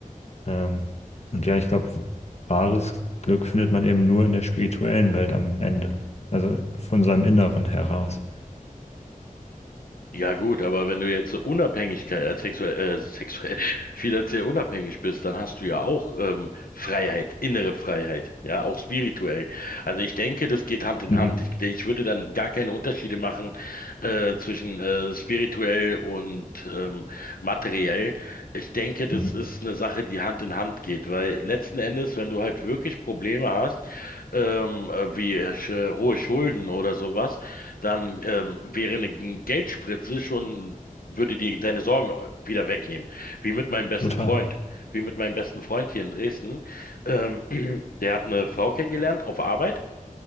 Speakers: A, on the left; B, on the left.
A: Ähm, und ja, ich glaube, wahres Glück findet man eben nur in der spirituellen Welt am Ende. Also von seinem Inneren heraus.
B: Ja gut, aber wenn du jetzt so Unabhängigkeit, äh, sexuell, äh, sexuell, <laughs> finanziell unabhängig bist, dann hast du ja auch ähm, Freiheit, innere Freiheit, ja, auch spirituell. Also ich denke, das geht Hand in
A: Mhm.
B: Hand. Ich, ich würde dann gar keine Unterschiede machen äh, zwischen äh, spirituell und ähm, materiell. Ich denke, das
A: Mhm.
B: ist eine Sache, die Hand in Hand geht, weil letzten Endes, wenn du halt wirklich Probleme hast, ähm, äh, wie äh, hohe Schulden oder sowas, dann ähm, wäre eine G- Geldspritze schon, würde dir deine Sorgen äh, wieder wegnehmen. Wie mit meinem besten
A: Total.
B: Freund. Wie mit meinem besten Freund hier in Dresden. Ähm, <clears throat> der hat eine Frau kennengelernt auf Arbeit,